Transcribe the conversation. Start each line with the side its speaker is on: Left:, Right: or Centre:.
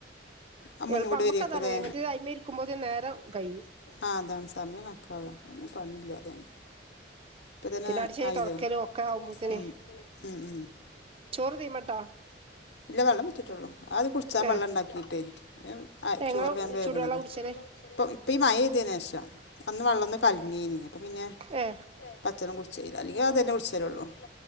Left: ആ മുന്നുകൂടി
Right: എളുപ്പ അമ്മക്ക്
Left: വരിയേക്കൂല്ലേ
Right: അതാണ് മറ്റ അമ്മ ഇരിക്കുമ്പോ നേരം കയ്യും
Left: ആഹ അതാണ് സമയം കക്ക ഒും പണില്ല അറിയെ ഇപ്പൊ തന്നെ
Right: പിന്നെ അടിച്ചേരി
Left: ആയില്ല
Right: തൊടക്കലും ഒക്കെ ആവുമ്പോത്തിന്
Left: ഉം ഉം ഉം
Right: ചോറ് തീമട്ടോ
Left: ഇല്ല വെള്ളം വെച്ചിട്ടുള്ളൂ അത് കുടിച്ചാ
Right: ഏഹ്
Left: വെള്ളം ഉണ്ടാക്കിട്ടേ വേ ആ
Right: ഞങ്ങള്
Left: ചോറ് വേഗം വെക്നതാ
Right: ചൂടുവെള്ള കുടിച്ചല്
Left: ഇപ്പം ഈ മഴ ഇ്തിന് ശേഷം അന്ന് വെള്ളംന്ന് കലങ്ങിയിനി അപ്പം പിന്നെ
Right: ഹേ
Left: പച്ചള്ളം കുടിച്ചല്ല അല്ലെങ്കിൽ അത് തന്നെ കുടിച്ചാലള്ളൂ